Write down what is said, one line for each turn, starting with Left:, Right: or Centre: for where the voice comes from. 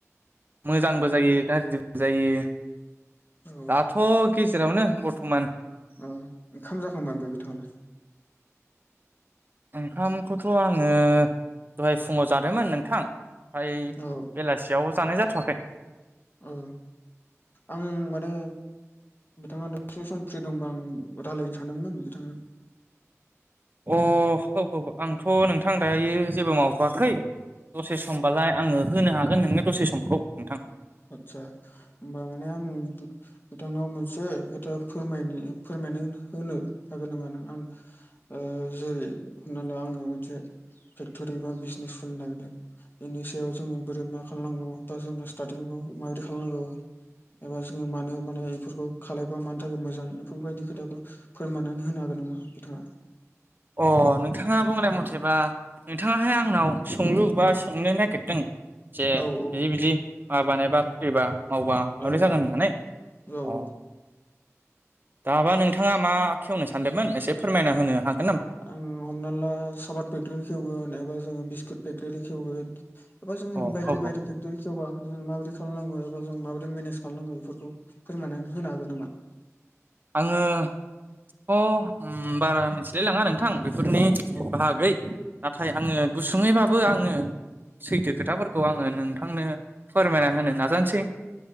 Right: मोजांबो जायो गाज्रिबो जायो।
Left: औ
Right: दाथ' गेजेरावनो बर्थमान
Left: ओ ओंखाम जाखांबाय बिथाङलाय?
Right: ओंखामखौथन' आङो दहाय फुङाव जादोंमोन नोंथां । ओमफाय
Left: औ
Right: बेलासियाव जानाय जाथवाखै ।
Left: औ आं माने बिथाङा दसे सम फ्रि दंबा आं रायजलायनो सानदोंमोन बिथांजों
Right: अ ह ह आंथ' नोंथां दायो जेबो मावथ'वाखै दसे समबालाय आङो होनो हागोन नोंनो दसे समखौ नोंथां
Left: आतसा होमबा माने आं बिथांनाव मोनसे खोथा फोरमायनि फोरमायना होनो हागोन नामा नों आं ओ जेरै नालाय आङो मोनसे फेक्टरि बा बिजनेस खुलिनो नागिरदों बेनि सायाव जोङो बोरै मा खालायनांगौ । जों स्टारतुिंखौ माब्रै खालायनांगौ एबा जों मानो म बे खालाय मानि थाखाय मोजां इफोरबायदि खोथाखौ फोरमनानै होनो हागोन नामा बिथाङा?
Right: अ नोंथाङा बुंनाय मथेबा नोंथाङाहाय आंनाव सोंलु बा सोंनो नागिरदों जे
Left: औ औ
Right: बिदि बिदि माबानाय बा खुलिबा मावबा माब्रै
Left: औ
Right: जागोन होननानै
Left: औ औ
Right: अ दाबा नोंथाङा मा खेवनो सानदोंमोन एसे फोरमायना होनो हा
Left: आं हमना ला साबाद पेकटरि खेवगोन एबा जोङो बिस्कुट पेकटरि खेवगोन । एबा जोङो
Right: अ
Left: बायदि
Right: औ औ
Left: बायदि फेक्टरि खेवबा जोङो माबोरै खालामनांगौ एबा जों माबादै मेनेज खालामनांगौ इफोरखौ फोरमनानै होनो हागोन नामा?
Right: आङोथ' ओम बारा मिथिलाय लाङा नोंथां बेफोरनि
Left: औ
Right: बाहागै नाथाय आङो गुस सुुंङैबाबो आङो सैथो खोथाफोरखौ आङो नोंथांनो फोरमायना होनो नाजानोसै